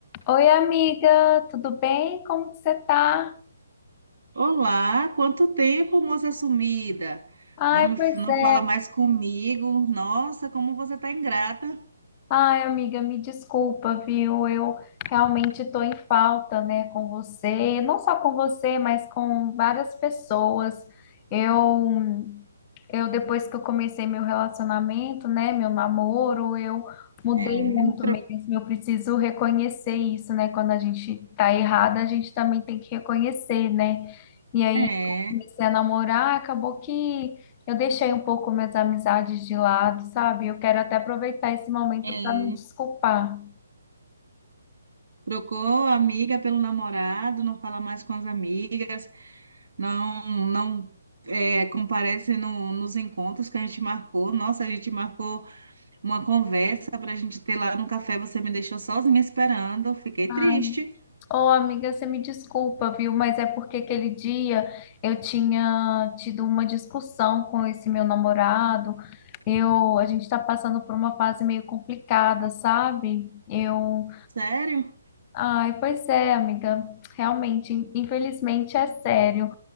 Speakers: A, on the left; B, on the right.
A: Oi, amiga, tudo bem? Como que você tá?
B: Olá, quanto tempo, moça sumida?
A: Ai,
B: Não me,
A: pois
B: não
A: é.
B: fala mais comigo. Nossa, como você tá ingrata.
A: Ai, amiga, me desculpa, viu? Eu realmente tô em falta, né, com você, não só com você, mas com várias pessoas. Eu Eu, depois que eu comecei meu relacionamento, né, meu namoro, eu mudei
B: É,
A: muito
B: tro-
A: mesmo. Eu preciso reconhecer isso, né? Quando a gente tá errada, a gente também tem que reconhecer, né? E aí,
B: é,
A: eu comecei a namorar, acabou que eu deixei um pouco minhas amizades de lado, sabe? Eu quero até aproveitar esse momento
B: é.
A: para me desculpar.
B: Trocou a amiga pelo namorado, não fala mais com as amigas, não, não é, comparece no- nos encontros que a gente marcou. Nossa, a gente marcou uma conversa para a gente ter lá no café. Você me deixou sozinha esperando, fiquei triste.
A: Ai. Ô, amiga, você me desculpa, viu? Mas é porque aquele dia eu tinha tido uma discussão com esse meu namorado. Eu, a gente tá passando por uma fase meio complicada, sabe? Eu,
B: Sério?
A: ai, pois é, amiga. Realmente, in- infelizmente é sério.